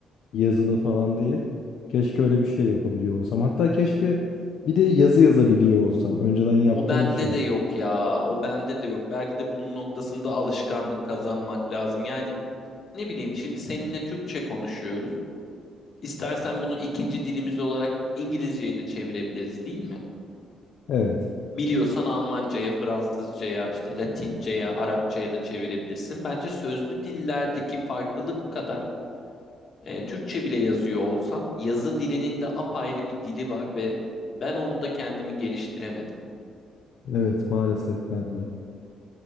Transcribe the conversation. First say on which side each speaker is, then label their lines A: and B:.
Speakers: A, on the left; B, on the left.
A: Yazılı falan değil. Keşke öyle bir şey yapabiliyor olsam. Hatta keşke bir de yazı yazabiliyor olsam. Önceden yaptığım
B: O bende
A: bir şey.
B: de yok ya. O bende de yok. Belki de bunun noktasında alışkanlık kazanmak lazım. Yani ne bileyim şimdi seninle Türkçe konuşuyoruz. İstersen bunu ikinci dilimiz olarak İngilizce'ye de çevirebiliriz değil mi?
A: Evet.
B: Biliyorsan Almanca'ya, Fransızca'ya, işte Latince'ye, Arapça'ya da çevirebilirsin. Bence sözlü dillerdeki farklılık kadar e, Türkçe bile yazıyor olsan yazı dilinin de apayrı bir dili var ve ben onda kendimi geliştiremedim.
A: Evet maalesef ben de.